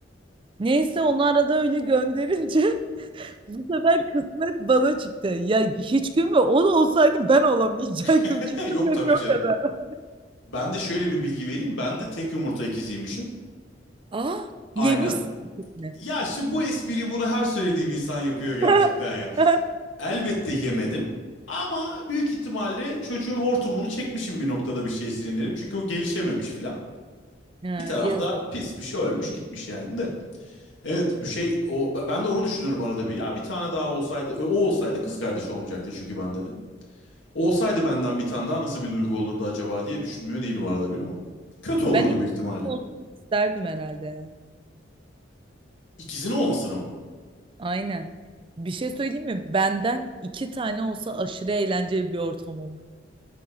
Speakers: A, on the right; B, on the left.
A: Neyse onu arada öyle gönderince bu sefer kısmet bana çıktı. Ya hiç gün ve o da olsaydı ben olamayacaktım.
B: <laughs>
A: <laughs> Kesin
B: Yok
A: beni
B: tabii
A: yok
B: canım.
A: eder.
B: Ben de şöyle bir bilgi vereyim. Ben de tek yumurta ikiziymişim.
A: Aa
B: Aynen.
A: yemişsin mi?
B: Ya şimdi bu espriyi bunu her söylediğim insan yapıyor gerçekten
A: <laughs>
B: ya. Elbette yemedim. Ama büyük ihtimalle çocuğun hortumunu çekmişim bir noktada bir şey sinirlenip. Çünkü o gelişememiş filan.
A: Ha,
B: Bir tarafta
A: yazık.
B: pis bir şey ölmüş gitmiş yani de. Evet şey o ben de onu düşünürüm arada bir. Ya bir tane daha olsaydı o olsaydı kız kardeş olmayacaktı çünkü bende de. Olsaydı benden bir tane daha nasıl bir duygu olurdu acaba diye düşünmüyor değilim arada bir o. Kötü olurdu
A: Ben ilk
B: büyük ihtimalle.
A: olsun isterdim herhalde ya.
B: İkizin olmasını mı?
A: Aynen. Bir şey söyleyeyim mi? Benden iki tane olsa aşırı eğlenceli bir ortam olur.